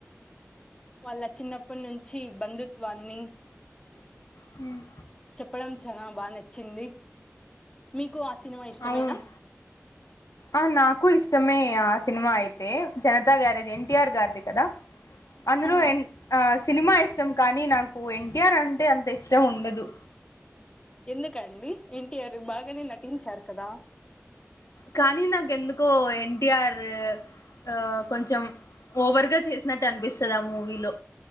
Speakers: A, on the left; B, on the left.
A: వాళ్ళ చిన్నప్పటి నుంచి బంధుత్వాన్ని
B: హ్మ్మ్
A: చెప్పడం చానా బాగా నచ్చింది మీకు సినిమా ఇష్టమేనా
B: అవును ఆ నాకు ఇష్టమే సినిమా అయితే జనతా గ్యారేజ్ ఎన్టీఆర్ గారిది కదా అందులో
A: ఆ
B: ఎన్ అ సినిమా ఇష్టం కానీ నాకు ఎన్టీఆర్ అంటే అంత ఇష్టం ఉండదు
A: ఎందుకండి ఎన్టీఆర్ బాగానే నటించారు కదా
B: కానీ నాకెందుకో ఎన్టీఆర్ ఆ కొంచెం ఓవర్గా చేసినట్టు అనిపిస్తుంది ఆ మూవీలో